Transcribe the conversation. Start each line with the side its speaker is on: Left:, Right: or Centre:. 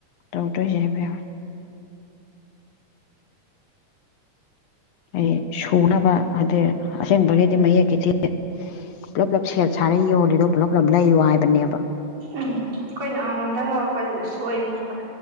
Left: ꯇꯧꯗꯣꯏꯁꯦ ꯏꯕꯦꯝꯃꯥ ꯑꯩ ꯁꯨꯅꯕ ꯍꯥꯏꯗꯤ ꯑꯁꯦꯡꯕꯒꯤꯗꯤ ꯃꯌꯦꯛꯀꯤꯗꯤ ꯄꯨꯂꯞ ꯄꯨꯂꯞ ꯁꯦꯠ ꯁꯥꯔ ꯌꯣꯂꯤꯗꯣ ꯄꯨꯂꯞ ꯄꯨꯂꯞ ꯂꯩꯌꯣ ꯍꯥꯏꯕꯅꯦꯕ
Right: ꯎꯝ ꯑꯩꯈꯣꯏꯅ ꯑꯃ ꯃꯝꯇꯪ ꯂꯧꯔꯛꯄꯖꯤꯗ ꯁꯣꯏꯕꯅꯦꯕ